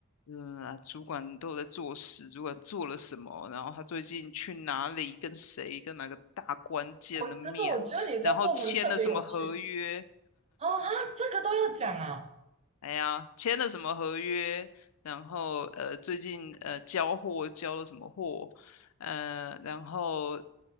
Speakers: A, on the left; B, on the right.
A: 嗯、啊主管都有在做事，主管做了什么，然后他最近去哪里，跟谁，跟哪个大关键的面，
B: 我可是我觉得你这部门特别有趣
A: 然后签了什么合约。
B: 哦啊，这个都要讲啊，
A: 哎呀，签了什么合约，然后呃，最近呃交货交了什么货，呃，然后